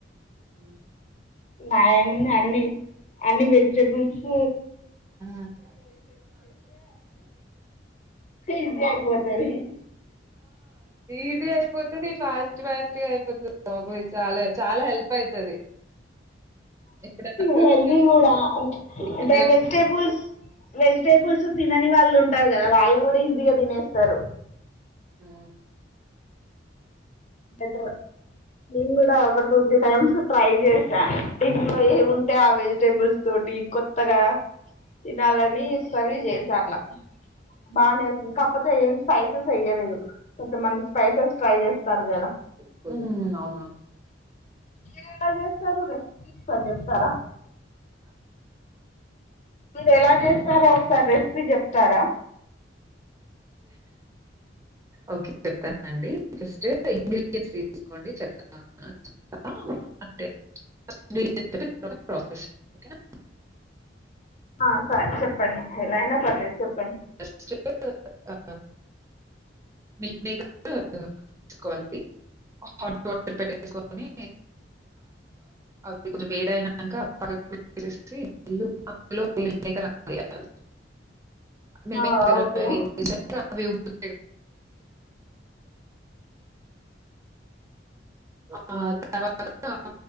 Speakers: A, on the right; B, on the left.
A: అ
B: నా ఎముంది అన్నీ అన్ని వెజిటేబుల్స్
A: ఆ
B: ఈజీ అయిపోతది
A: ఇది అపోతుది పాజిటివ్ పాజిటివ్ అయిపోతుంది పో చాలా చాలా హెల్ప్ అయితది ఎప్పుడైనా చొరవ
B: హెల్దీ కూడా అంటే వెజిటేబుల్స్ వెజిటేబుల్స్ తినని వాళ్ళు ఉంటారు కదా వాళ్ళు కూడా ఈజీగా తినేస్తారు
A: ఆ
B: బెటర్ నేను కూడా ఒక టూ త్రీ టైమ్స్ ట్రై చేసా ఇంట్లో ఏ ఉంటే ఆ వెజిటేబుల్స్ తోటి కొత్తగా తినాలని ఎవరి చే చాట్ల బాగానే అవుతుంది కాకపోతే స్పైసెస్ అయలేదు కొంత మ స్పైసెస్ ట్రై చేస్ పర్ద
A: హ్మ్ అవునా
B: మీరు ఎలా చేస్తారు రిసిపీస్ చెప్తారా మీరెలా జేస్తారో ఒకసారి రెసిపీ చెప్తారా?
A: ఓకే చెప్తానుండి ఫస్ట్ ఇంగ్రీడియన్ తీస్కోండి చెప్తా అంటె <unintelligible> ఒకే నా
B: ఆ సరే చెప్పండి ఎలా అయినా పర్లేేదు చెప్
A: ఫస్టు ఆ మిల్మేకర్ తీసుకోవాలి హాట్ వాటర్ పెట్టేసుకొని అది కొంచెం వేడయినాక <inaudible> మిల్మేకర్ అందులో వేయాల మిల్మేకర్
B: ఆ ఓకే
A: అందులో ఏసాక అవి ఉప్ <inaudible> తర్వాత